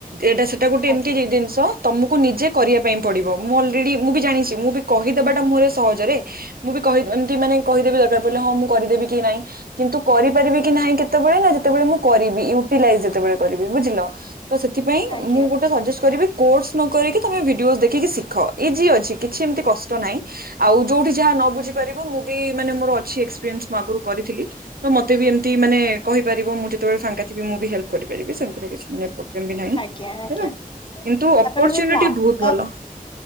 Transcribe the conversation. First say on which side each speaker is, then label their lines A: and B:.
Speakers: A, on the right; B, on the left.
A: ଏଇଟା ସେଟା ଗୋଟେ
B: ଆଜ୍ଞା
A: ଏମିତି ଜି ଜିନିଷ। ତମକୁ ନିଜେ କରିବା ପାଇଁ ପଡ଼ିବ ମୁଁ ଅଲରେଡି ମୁଁ ବି ଜାଣିଛି ମୁଁ ବି କହିଦେବାଟା ମୋରେ ସହଜରେ ମୁଁ ବି କହି ଏମତି ମାନେ କହିଦେବି ଦରକାର ପଡ଼ିଲେ ହଁ ମୁଁ କରିଦେବି କି ନାହିଁ କିନ୍ତୁ କରିପାରିବି କି ନାହିଁ କେତେ <unintelligible> ଯେତବେଳେ ମୁଁ କରିବି ୟୁଟିଲାଇଜ୍ ଯେତବେଳେ କରିବି ବୁଝିଲ। ତ ସେଥିପାଇଁ
B: ଆଜ୍ଞା
A: ମୁଁ ଗୋଟେ ସଜେଷ୍ଟ୍ କରିବି। କୋର୍ସ ନ କରିକି ତମେ ଭିଡିଓସ୍ ଦେଖିକି ଶିଖ ଇଜି ଅଛି କିଛି ଏମିତି କଷ୍ଟ ନାହିଁ ଆଉ ଯୋଉଠି ଯାହା ନ ବୁଝି ପାରିବ ମୁଁ ବି ମାନେ ମୋର ଅଛି ଏକ୍ସପିରିନ୍ସ୍ ମୁଁ ଆଗରୁ କରିଥିଲି ତ ମତେ ବି ଏମତି ମାନେ କହିପାରିବ ମୁଁ ଯେତେବେଳେ ଫାଙ୍କା ଥିବି ମୁଁ ବି ହେଲ୍ପ୍ କରିପାରିବି ସେମିତି କିଛି ମାନେ ପ୍ରୋବ୍ଲେମ ବି ନାହିଁ
B: ଆଜ୍ଞା ଆଜ୍ଞା
A: ହେଲା। କିନ୍ତୁ
B: ତାପରେ
A: ଅପରଚ୍ୟୁନିଟ୍
B: ବି ଲାପଟପ୍
A: ବହୁତ ଭଲ।